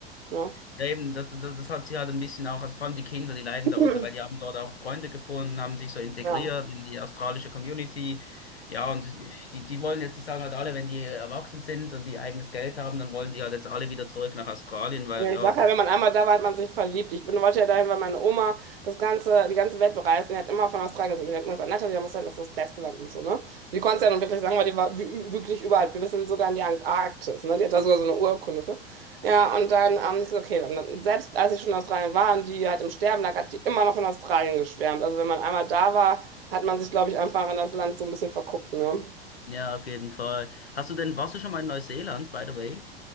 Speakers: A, on the right; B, on the left.
A: Ne?
B: Ja, eben, das, das, das hat sie halt ein bisschen auch, also vor allem die Kinder, die leiden
A: <laughs>
B: darunter, weil die
A: <clears throat>
B: haben dort auch Freunde gefunden, haben sich so integriert
A: Ja.
B: in die australische Community. Ja, und die, die wollen jetzt, ich sage halt alle, wenn die erwachsen sind und die eigenes Geld haben, dann wollen die halt jetzt alle wieder zurück nach Australien, weil
A: Ja,
B: ja,
A: Ich sage
B: die,
A: ja, wenn man einmal da war, hat man sich verliebt. Ich bin, wollte ja dahin, weil meine Oma das ganze, die ganze Welt bereist. Und die hat immer von Australien gesehen. Und Die hat immer gesagt, Natalia, da muss sein, das ist das beste Land und so, ne? Und die konnte es ja nun wirklich sagen, weil die war wi- wirklich überall. Wir sind sogar in die Antarktis, ne? Die hat da sogar so eine Urkunde für. Ja, und dann, ähm, ich so, okay, dann, dann- selbst als ich schon in Australien war und die halt im Sterben lag, hat die immer noch von Australien geschwärmt. Also wenn man einmal da war, hat man sich, glaube ich, einfach an das Land so ein bisschen verguckt, ne?
B: ja, auf jeden Fall. Hast du denn, warst du schon mal in Neuseeland, by the way?